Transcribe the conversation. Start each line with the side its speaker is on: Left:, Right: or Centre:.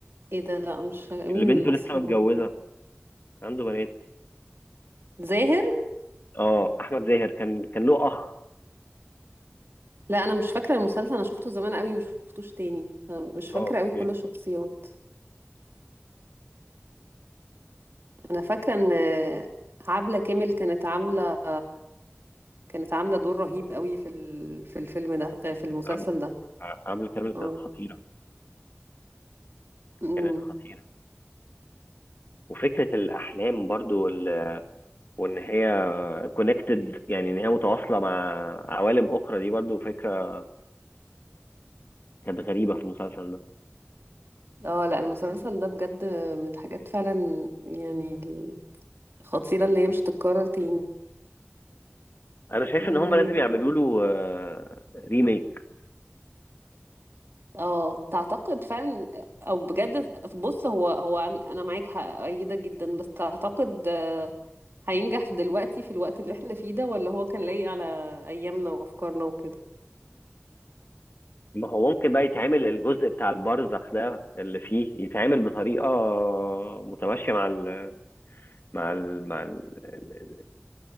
Right: ايه ده لا مش فا- مين
Left: اللي بنته
Right: الاسمراني
Left: لسه متجوزه عنده بنات
Right: زاهر
Left: اه احمد زاهر كان كان له اخ
Right: لا انا مش فاكرة المسلسل انا شفته زمان قوي مش شفتوش تاني فمش فاكرة
Left: اه اوكي
Right: قوي كل الشخصيات انا فاكرة ان عبلة كامل كانت عاملة كانت عاملة دور رهيب قوي في ال- في الفيلم ده آه، في المسلسل
Left: عم-
Right: ده
Left: ع- عامله كامل
Right: اه
Left: كانت خطيره
Right: أمم.
Left: كانت خطيره وفكره الاحلام برضو وال- وان هي كونكتد يعني ان هي متواصله مع عوالم اخرى دي برضو فكره كانت غريبه في المسلسل ده
Right: اه لا المسلسل ده بجد من الحاجات فعلا يعني الخطيرة اللي هي مش تتكرر تاني
Left: انا شايف
Right: مم.
Left: ان هم لازم يعملوا له ريميك
Right: اه تعتقد فعلا او بجد بص هو هو عن- انا معاك هأيدك جدا بس تعتقد هينجح دلوقتي في الوقت اللي احنا فيه ده ولا هو كان لايق على ايامنا وافكارنا وكده
Left: ما هو ممكن بقى يتعمل الجزء بتاع البرزخ ده اللي فيه يتعمل بطريقة متماشية مع ال مع ال مع ال